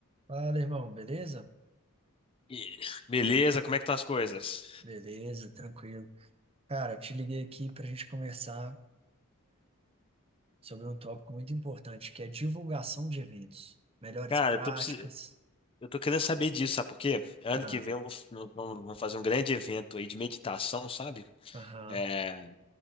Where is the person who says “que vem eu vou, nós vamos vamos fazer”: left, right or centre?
Left